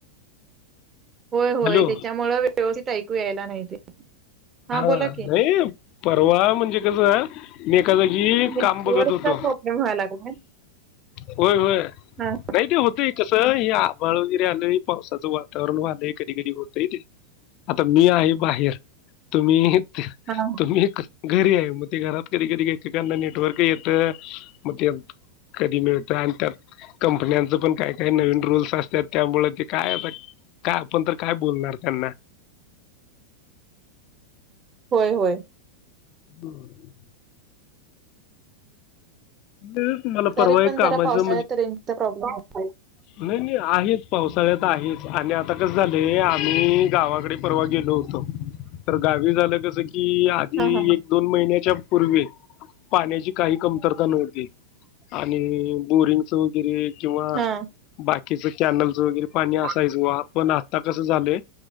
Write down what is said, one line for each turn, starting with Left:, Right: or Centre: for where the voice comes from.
Right: होय होय
Left: हॅलो
Right: तेच्यामुळं व्यवस्थित ऐक ऐकू यायला नाही ते
Left: हा
Right: बोला की
Left: नाही. परवा म्हणजे कसं मी. एका जागी
Right: नेटवर्कचा
Left: काम बघत होतो,
Right: प्रॉब्लेम व्हायला लागलाय
Left: होय-होय
Right: हा
Left: नाही ते होतय क. कस हे आभाळ वगैरे आलंय पावसाचं वातावरण व्हालंय कधीं -कधी होतय ते आता मी आहे बाहेर. तुम्ही.
Right: हा
Left: तुम्ही घरी आहे. मग ते घरात कधी-कधी एकेकाना नेटवर्क येत, मग ते मग कधी मिळत, आणि त्यात कंपन्यांचं पण काय काय नवीन रूल्स असतात, त्यामुळ ते काय आता काय आपण तर काय बोलणार त्यांना.
Right: होय- होय.
Left: हम्म. तेच मला
Right: तरी
Left: परवा एक
Right: पण
Left: कामाचं
Right: जरा पावसाळ्यात रेंज चा प्रॉब्लेम येतोयच.
Left: नाई- नाई आहेच पावसाळ्यात आहेच आणि आत्ता कसं झालंय आम्ही गावाकडे परवा गेलो होतो, तर गावी झालं कसं की. ती आधी
Right: हा हा
Left: एक-दोन महिन्याच्या- पूर्वी- पाण्याची काही कमतरता नव्ह <inaudible> आणि अ बोरिंग चं वगैरे किंवा
Right: हा
Left: बाकीच कॅनल चं वगैरे पाणी असायचं
Right: हा
Left: वा. पण आता कसं झालं